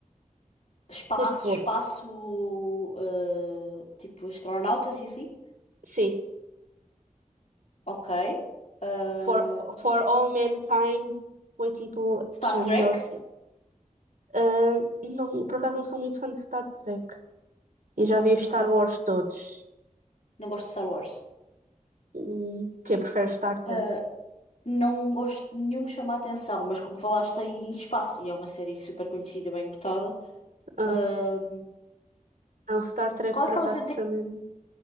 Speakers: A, on the left (about 55°); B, on the right (about 80°).
A: Espaço,
B: curto bué.
A: espaço, eh, tipo astronautas e assim?
B: Sim,
A: Ok. Estou
B: For, For
A: aqui
B: All
A: a pensar.
B: Mankind foi tipo
A: Star
B: a
A: Trek?
B: melhor. sim. Ah, não, por acaso não sou muito fã de Star Trek. E já
A: Ok.
B: vi os Star Wars todos.
A: Não gosto de Star Wars.
B: Hum, Quem prefere Star Trek?
A: Eh, não gosto de nenhum me chamar a atenção, mas como falaste em espaço e é uma série super conhecida, bem cotada.
B: Ah,
A: eh,
B: não, Star Trek
A: qual
B: por
A: é que estavas
B: acaso
A: a dizer?
B: também.